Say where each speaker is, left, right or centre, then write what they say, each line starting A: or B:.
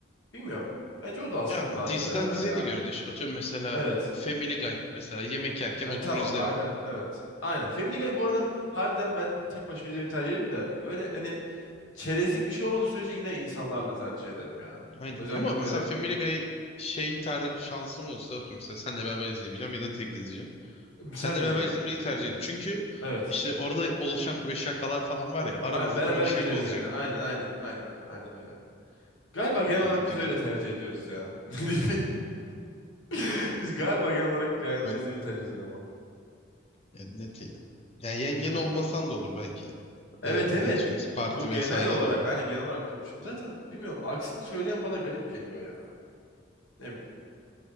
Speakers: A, on the left; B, on the left.
A: bilmiyorum. Bence o da aslında
B: Ya
A: daha
B: diziden
A: çok beraber
B: diziye
A: ya.
B: de göre değişiyor. Atıyorum mesela
A: Evet.
B: Family Guy. Mesela yemek yerken
A: Ha,
B: oturur
A: tamam.
B: izlerim.
A: Arka, evet. Aynen. Family Guy bu arada harbiden ben tek başıma izlemeyi tercih ederim de öyle hani çerezlik bir şey olmadığı sürece yine insanlarla tercih ederim ya.
B: Aynen.
A: Özellikle
B: Ama mesela
A: böyle.
B: Family Guy şey ter şansım olsa atıyorum mesela senle beraber izleyebileceğim ya da tek izleyeceğim. Senle
A: Senle izlerim.
B: beraber izlemeyi tercih ederim. Çünkü
A: Evet.
B: işte orada oluşan böyle şakalar falan var ya aramızdaki
A: Aynen. Beraber
B: o bir şaka
A: güleriz
B: olacak.
A: gene. Aynen aynen aynen. Aynen öyle. Galiba genel
B: Tip
A: olarak
B: tip
A: biz
B: tip
A: öyle
B: tip.
A: tercih ediyoruz ya. <laughs> <laughs> Biz galiba genel olarak yan yana
B: Bak
A: izlemeyi tercih ederiz ama.
B: ya net ya. Yani yengen
A: Bence de
B: olmasan
A: ya.
B: da olur belki.
A: Evet
B: Ee,
A: evet.
B: bu Netflix parti
A: Bu genel
B: vesaire
A: olarak,
B: de olur.
A: aynen genel olarak konuşurum. Zaten bilmiyorum, aksini söyleyen bana garip geliyor ya. Ne bileyim.